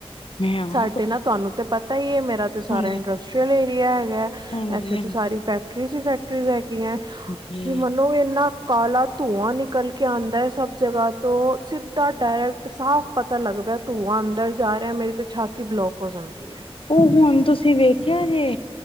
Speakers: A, on the left; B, on the right.
A: ਮੈਂ
B: ਸਾਡੇ
A: ਆਪ
B: ਨਾ ਤੁਹਾਨੂੰ ਤੇ ਪਤਾ ਹੀ ਹੈ। ਮੇਰਾ ਤੇ ਸਾਰਾ
A: ਹਾਂਜੀ
B: ਇੰਡਸਟਰੀਅਲ ਏਰੀਆ ਹੈਗਾ।
A: ਹਾਂਜੀ
B: ਇੱਥੇ ਤਾਂ ਸਾਰੀ ਫੈਕਟਰੀ ਫੈਕਟਰੀ ਹੈਗੀ ਹੈ। ਤੁਸੀਂ
A: ਹਾਂਜੀ।
B: ਮੰਨੋਗੇ, ਇੰਨਾ ਕਾਲਾ ਧੂੰਆਂ ਨਿਕਲ ਕੇ ਆਉਂਦਾ ਹੈ ਸਭ ਜਗ੍ਹਾ ਤੋਂ। ਸਿੱਧਾ ਡਾਇਰੈਕਟ ਸਾਫ਼ ਪਤਾ ਲੱਗਦਾ ਧੂੰਆਆਂ ਅੰਦਰ ਜਾ ਰਿਹਾ। ਮੇਰੀ ਤੇ ਛਾਤੀ ਬਲੋਕ ਹੋ ਜਾਂਦੀ ਹੈ।
A: ਉਹ ਹੁਣ ਤੁਸੀਂ ਵੇਖਿਆ ਜੇ